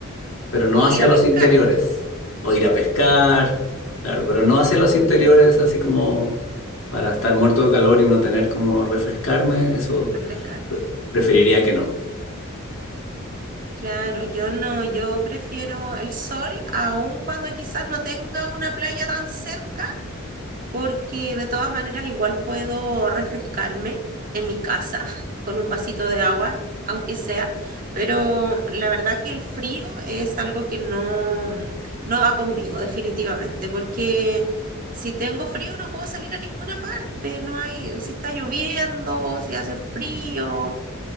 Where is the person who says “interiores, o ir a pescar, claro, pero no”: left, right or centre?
Left